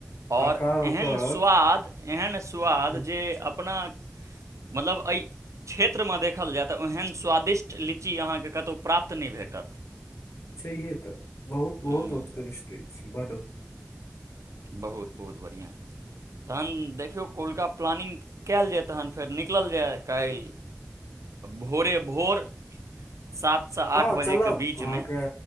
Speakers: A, on the right (about 85°); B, on the left (about 70°).
A: आओर
B: आकार ओकर
A: एहन स्वाद एहन स्वाद
B: हूँ,
A: जे अपना मतलब एहि क्षेत्रमे देखल जाय तऽ ओहन स्वादिष्ट लीची अहाँके कतहु प्राप्त नहि भेटत
B: छैहे तऽ बहुत बहुत
A: हूँ
B: वक कनिष्टे छै ब
A: बहुत बहुत बढ़िआँ तहन देखियौ कोलका प्लानिंग कयल जाय तखन फेर निकलल जाय काल्हि भोरे भोर सातसँ
B: हँ
A: आठ
B: चलब
A: बजेके बीचमे
B: अहाँके